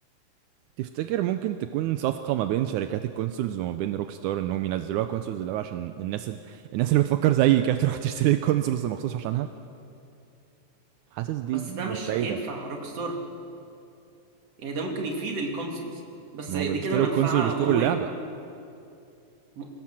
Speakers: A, on the right (about 80°); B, on the right (about 45°).
A: تفتكر ممكن تكون صفقه ما بين شركات الكونسولز وما بين روك ستار انهم ينزلوها كونسولز الاول عشان الناس ال... الناس اللي بتفكر زيي كده <laughs> تروح تشتري الكونسولز مخصوص عشانها حاسس دي
B: بس ده
A: مش
B: مش
A: بعيده
B: هينفع
A: يعني
B: روك ستار يعني ده ممكن يفيد الكونسولز بس
A: ما
B: دي
A: هم بيشتروا
B: كده منفعه
A: الكونسول بيشتروا
B: وان واي
A: اللعبه
B: م...